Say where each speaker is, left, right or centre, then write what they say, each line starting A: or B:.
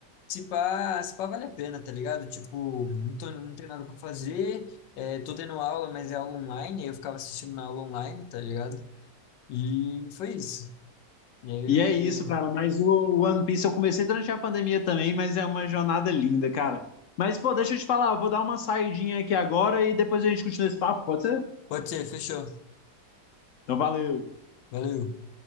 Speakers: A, on the left (about 80°); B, on the left (about 70°).
A: se pá, se pá vale a pena, tá ligado? Tipo, não tô, não tenho nada pra fazer, é, tô tendo aula, mas é aula online, aí eu ficava assistindo na aula online, tá ligado? E foi isso. E aí
B: E
A: eu
B: é
A: peguei.
B: isso, cara. Mas o One Piece eu comecei durante a pandemia também, mas é uma jornada linda, cara. Mas, pô, deixa eu te falar, eu vou dar uma saidinha aqui agora e depois a gente continua esse papo, pode ser?
A: Pode ser, fechou.
B: Então, valeu.
A: Valeu.